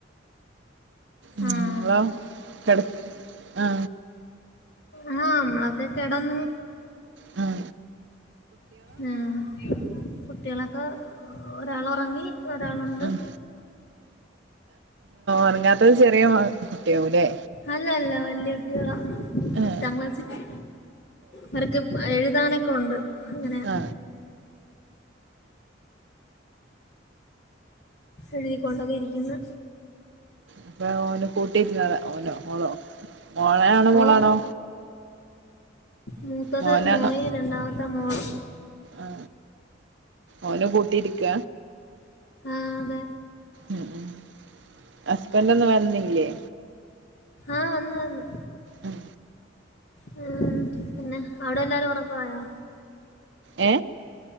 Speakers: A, on the right; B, on the left.
A: ഉം
B: ആഹ്
A: ങ്ങളോ കെട്ക്ക് ആ
B: ആ നമ്മളൊക്കെ കെടന്നു
A: ഉം
B: ഉം കുട്ടികളൊക്കെ ഒരാള് ഒറങ്ങി ഒരാളുണ്ട്
A: ഉം ഉറങ്ങാത്തത് ചെറിയ മ കുട്ടിയാവൂല്ലേ
B: അല്ല അല്ല വല്ല്യ കുട്ടികളാ
A: ആഹ്
B: എട്ടാം ക്ലാസിക്ക് അവർക്ക് എഴുതാനൊക്കെ ഉണ്ട് അങ്ങനെ
A: അ
B: എഴുതിക്കൊണ്ടൊക്കെ ഇരിക്കുന്ന്
A: അപ്പൊ ഓന് കൂട്ടിരുന്നതാ ഓനോ ഓളോ മോളയാണോ
B: ഓ
A: മോളാണോ
B: മൂത്തത്
A: മോനാണോ
B: മോന് രണ്ടാമത്തെ മോള്
A: ആ ഓല കൂട്ടിരിക്ക
B: ആ അതെ
A: ഉം ഉം ഹസ്ബൻഡ് ഒന്നും വരുന്നില്ലേ
B: ആ വന്നു വന്നു
A: ഉം
B: ഉം പിന്നെ അവിടെ എല്ലാരും ഉറക്കായോ
A: എ